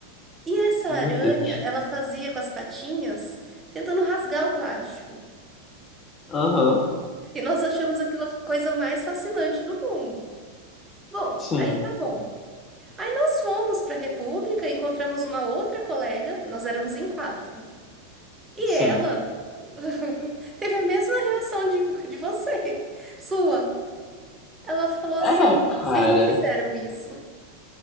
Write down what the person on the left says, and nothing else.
Meu Deus.
Aham.
Sim,
sim.
É, cara.